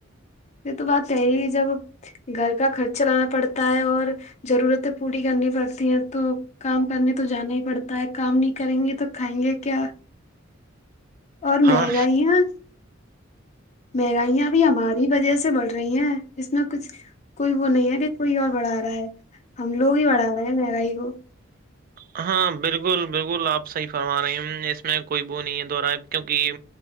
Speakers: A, on the left; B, on the right.
A: یہ تو بات ہےی جب گھر کا خرچ چلانا پڑتا ہے اور ضرورتیں پوری کرنی پڑتی ہے تو کام کرنے تو جانا ہی پڑتا ہے کام نہیں کریں گے تو کھائیں گے کیا اور
B: ہاں
A: مہنگ ہی ہے مہنگائیاں ابھی ہماری وجہ سے بڑھ رہی ہیں اس میں کچھ کوئی وہ نہیں ہے کہ کوئی اور بڑھا رہا ہے ہم لوگ ہی بڑھا رہے ہیں مہنگائی کو
B: ہاں ہاں بالکل بالکل آپ صحیح فرما رہی ہ اس میں کوئی وہ نہیں ہے دو رہ ہے کیونکہ